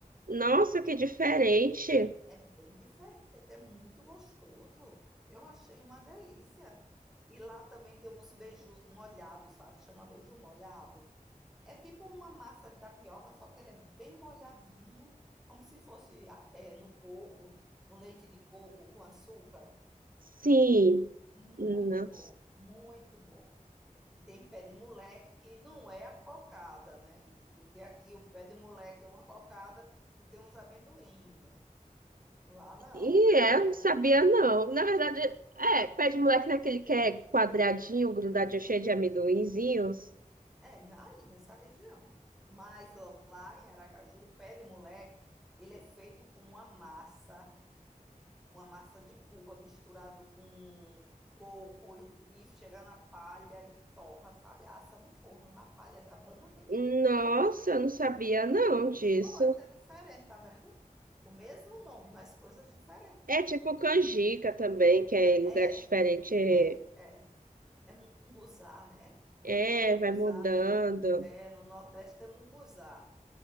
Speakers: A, on the right (about 80°); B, in the centre.
A: Nossa, que diferente.
B: É bem diferente, é muito gostoso. Eu achei uma delícia. E lá também tem uns beijos molhados, sabe? Chama beijo molhado. É tipo uma massa de tapioca, só que ela é bem molhadinho, como se fosse ah, é, no coco, no leite de coco com açúcar.
A: Sim.
B: Muito
A: Nossa.
B: bom, muito bom. E tem pé de moleque, que não é a cocada, né? Porque aqui o pé de moleque é uma cocada que tem uns amendoim, né? Lá não,
A: E
B: é
A: é,
B: um pé
A: não
B: de
A: sabia,
B: moleque.
A: não. Na verdade, é, pé de moleque naquele que é quadradinho, grudadinho, cheio de amendoinzinhos.
B: É, na- aí nessa região. Mas lá em Aracaju, o pé de moleque, ele é feito com uma massa uma massa de puba misturado com coco e, e chega na palha e torra, sabe? Assa no forno, na palha da bananeira.
A: Nossa, eu não sabia, não, disso.
B: Pois, é diferente, tá vendo? O mesmo nome, mas coisas diferentes.
A: É tipo canjica também, que é em lugares
B: É,
A: diferentes
B: é, é. É munguzá, né?
A: É,
B: Munguzá
A: vai mudando.
B: no, no, é, no Nordeste é munguzá.